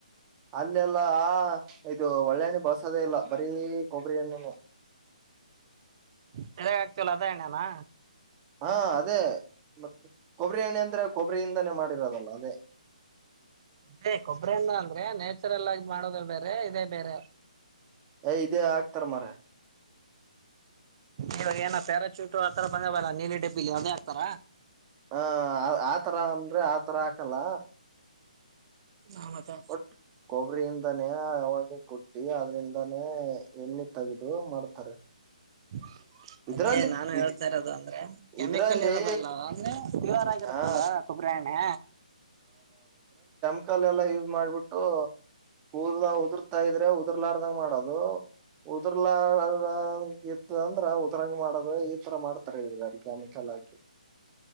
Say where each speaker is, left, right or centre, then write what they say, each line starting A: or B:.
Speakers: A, on the right; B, on the right.
A: ಅಲ್ಲೆಲ್ಲಾ ಆ ಇದು ಒಳ್ಳೆಣ್ಣೆ ಬಳಸದೇ ಇಲ್ಲ ಬರೀ ಕೊಬ್ಬರಿ ಎಣ್ಣೆ.
B: ತಲೆಗ್ ಅದೇ ಎಣ್ಣೆನಾ.
A: ಹಾ ಅದೇ ಮತ್ತೆ ಕೊಬ್ಬರಿ ಎಣ್ಣೆ ಅಂದ್ರೆ ಕೊಬ್ಬರಿಯಿಂದಾನೇ ಮಾಡಿರೋದಲ್ಲ ಅದೇ.
B: ಅದೇ ಕೊಬ್ರಿ ಎಣ್ಣೆ ಅಂದ್ರೆ ನ್ಯಾಚುರಲ್ ಆಗಿ ಮಾಡೋದು ಬೇರೆ ಇದೇ ಬೇರೆ.
A: ಯ ಇದೇ ಆಾಗ್ತಾರ್ ಮರೆ
B: ಇವಾಗ್ ಏನ ಪ್ಯಾರಾಶೂಟ ಆತರ ಬಂದವಲ್ಲ ನೀಲಿ ಡಬ್ಬಿಲಿ ಅದೇನೆ ಹಗ್ತಾರ.
A: ಹ ಆತರ ಅಂದ್ರೆ ಆತರ ಹಾಕಲ್ಲ
B: ಹ ಮತ್ತೆ
A: ಒಟ್ ಕೊಬ್ಬರಿಯಿಂದಾನೇ ಅವಾಗ್ ಕೊಟ್ಟಿ ಅದ್ರಿಂದಾನೇ ಎಣ್ಣೆ ತೆಗೆದು ಮಾಡ್ತಾರೆ.
B: ಹಾ <inaudible>
A: ಇದ್ರಲ್ಲಿ
B: ಅದೇ ನಾನು ಹೇಳ್ತಾ
A: ಇದ್
B: ಇರೋದು ಅಂದ್ರೆ ಕೆಮಿಕಲ್
A: ಇದ್ರಲ್ಲಿ
B: ಇರದಲ್ಲ ಅಂದ್ರೆ ಕ್ಲಿಯರ್ ಆಗಿರುತ್ತೆ
A: ಹಾ
B: ಅಲ್ ಕೊಬ್ಬರಿ ಎಣ್ಣೆ.
A: ಕಕ್ಕಲ್ಲ ಎಲ್ಲ ಯೂಸ್ ಮಾಡ್ಬಿಟ್ಟು ಕೂದಲ್ ಉದುರ್ತಾ ಇದ್ರೆ ಉದರ್ಲಾರದಂಗ್ ಮಾಡೋದು ಉದುರ್ಲಾರಂಗ್ ಇತ್ತು ಅಂದ್ರ ಉದ್ರಂಗ್ ಮಾಡೋದು ಈತರ್ ಮಾಡ್ತಾರೆ ಇಕ್ ಆಮಕ್ಕೆಲ್ಲ ಹಾಕಿ.